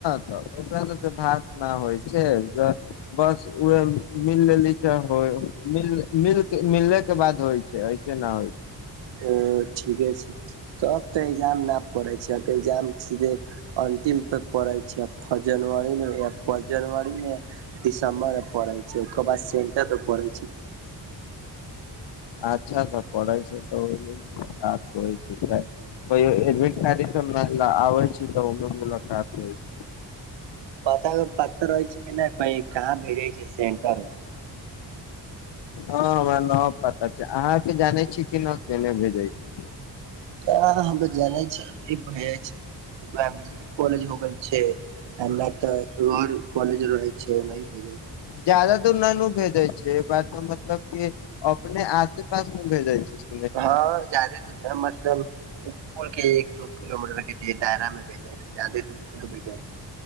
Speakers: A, on the left; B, on the right.
A: तऽ ओकरा सबके भात न होइ छैय ज बस उहे मिल ललही तैं होय मिल मिल मिलले के बाद होइ छैय ऐसे न होइ छैय
B: ओ ठीके छैय तब तऽ एग्जाम न पड़ै छैय एग्जाम सीधे अन्तिम थक पढ़ै छैय फ जनवरी फ जनरीमे दिसम्बरमे पढ़ै छैय ओयक बाद सेन्टमे पढ़ै छैय
A: अच्छासे पढ़ै छैय त <unintelligible> कहियो एडमिट कार आबे छी तऽ ओ मुलाकात हो छै <unintelligible>
B: पता उ पता रहै छैय कि नहि कही कहाँ भेजे छैय सेंटर
A: हँ हमरा नऽ पता छैय अहाँके जानै छी कि न केने भेजै छी
B: आ हम तऽ जानै छी भए जाइ छैय <unintelligible> कॉलेज हो गेल छैय नहि तऽ एगो और कॉलेज रहे छैय ओनाही भेजे छैय
A: जादा दूर न नानू भेजय छैय बात तऽ मतलब कि अपने आसे पास मे भेजाइ छैय
B: हँ जादे दू न मतलब इसकु के एक दू किलोमीटर के दायरा मे बेेजइ छैय जादे दू बेेजइ छैय